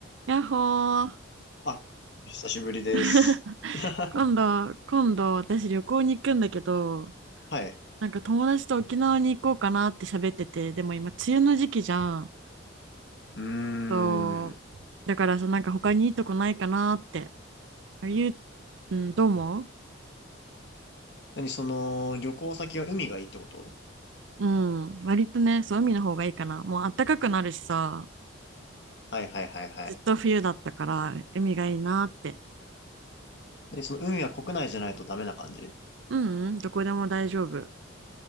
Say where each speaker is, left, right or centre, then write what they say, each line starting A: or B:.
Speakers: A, on the right; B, on the left.
A: やっほー。
B: あ、お久しぶりです。
A: <laughs>
B: <laughs>
A: 今度、今度私旅行に行くんだけど、
B: はい。
A: なんか友達と沖縄に行こうかなって喋ってて、でも今梅雨の時期じゃん。
B: うーん。
A: そう。だからさ、なんか他にいいとこないかなって。ゆう、うん、どう思う
B: 何、その、旅行先は海がいいってこと
A: うん。割とね、そう、海の方がいいかな。もう暖かくなるしさ、
B: はいはいはいはい。
A: ずっと冬だったから、海がいいなって。
B: 何、その海は国内じゃないとダメな感じ
A: うん、うん、どこでも大丈夫。